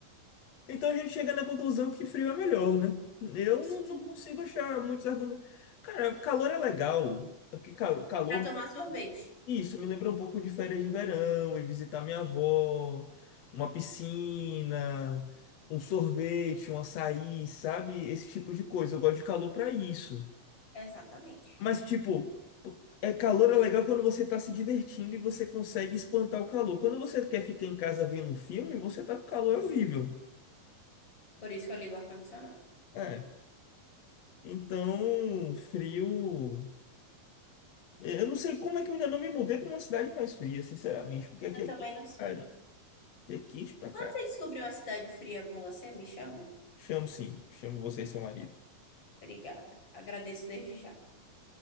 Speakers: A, on the left; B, on the left.
A: Então a gente chega na conclusão que frio é melhor, né? Eu
B: Sim.
A: não, não consigo achar muitos argumentos. Cara, calor é legal. É Porque cara, o calor
B: Para tomar sorvete.
A: Isso me lembra um pouco de férias de verão, e visitar minha avó, uma piscina, um sorvete, um açaí, sabe? Esse tipo de coisa. Eu gosto de calor pra isso.
B: Exatamente.
A: Mas, tipo, é calor é legal quando você tá se divertindo e você consegue espantar o calor. Quando você quer ficar em casa vendo um filme, você tá com calor é horrível.
B: Por isso que eu ligo o ar-condicionado.
A: É. Então, frio. Eu não sei como é que eu ainda não me mudei pra uma cidade mais fria, sinceramente, porque aqui
B: Eu também
A: é quente
B: não sei.
A: pra caramba. Aqui é quente pra
B: Quando
A: caramba.
B: você descobrir uma cidade fria boa, você me chama?
A: Chamo sim, chamo você e seu marido.
B: Obrigada. Agradeço desde já.